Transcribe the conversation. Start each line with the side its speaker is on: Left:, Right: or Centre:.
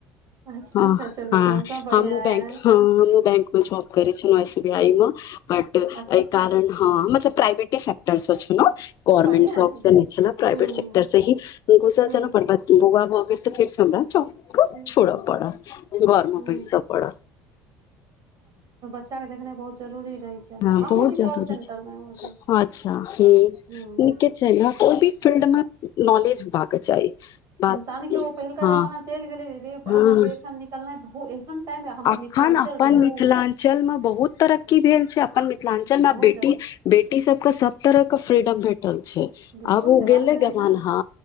Right: अच्छा
Left: ह
Right: अच्छा चलू
Left: ह
Right: तहन तऽ बढ़ियां
Left: ह बैंक
Right: अइ
Left: हमहू बैंक जॉब कर छल सी बी आई मे बट एहि
Right: अच्छा
Left: कारण हा मतलब प्रावेट से्टर से छै ने गोवर्नमेंट
Right: बढ़ियां अइ
Left: छल प्रवेट
Right: हूं
Left: सेक्टर से ही घुसल
Right: हूं
Left: छल बौआ भऽ गेलै तऽ फेर सँ छोड़ऽ
Right: हूं
Left: पड़ा घर मे
Right: हूं
Left: बैस पड़ा
Right: चाक देखने बहुत। जरूरी रहै छै ने
Left: ह
Right: हमहुँ
Left: बहुत
Right: छी
Left: जरूरी
Right: कॉल सेंटर
Left: छै
Right: मे अहाँके
Left: अच्छा हैं नीके
Right: हूं
Left: छै ने भी फिल्ड मे नॉलेज होबा कऽ के चाही बात
Right: सान के ओ पहिलका
Left: हँ
Right: जमाना चलि गेलै दीदी
Left: हँ
Right: अहाँकेँ एखन निकलनाइ एखन टाइम हमर
Left: अखन
Right: मिथिलाञ्चल
Left: अपन
Right: रहू
Left: मिथिलांचल मे बहुत तरक्की भेल छै अपन मिथिलांचल मे
Right: बहुत
Left: बेटी
Right: जादा
Left: बेटी सभ के सभ तरह के फ्रीडम भेटल छै
Right: बिल्कुल
Left: आब ओ
Right: हेबाक
Left: गेले
Right: चाही
Left: जमा
Right: ने
Left: हा